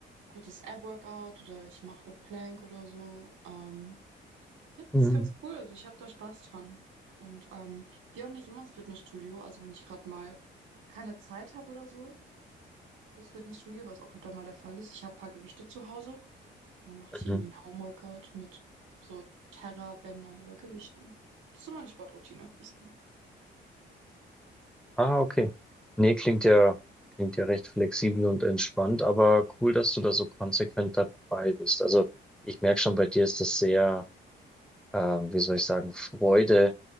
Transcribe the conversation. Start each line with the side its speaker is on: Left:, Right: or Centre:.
Right: kurzes Ab-Workout oder ich mache eine Plank oder so. Ähm, ja,
Centre: Mhm.
Right: das ist ganz cool. Also ich habe da Spaß dran. Und ähm, ich gehe auch nicht immer ins Fitnessstudio. Also wenn ich gerade mal keine Zeit habe oder so fürs Fitnessstudio, was auch öfter mal der Fall ist, ich habe ein paar Gewichte zu Hause. Und dann mache
Centre: Mhm.
Right: ich irgendwie ein Homeworkout mit so Terra-Bändern oder Gewichten. Das ist so meine Sportroutine, würde ich sagen.
Centre: Ah, okay. Nee, klingt ja, klingt ja recht flexibel und entspannt, aber cool, dass du da so konsequent dabei bist. Also ich merke schon, bei dir ist das sehr, ähm, wie soll ich sagen, Freude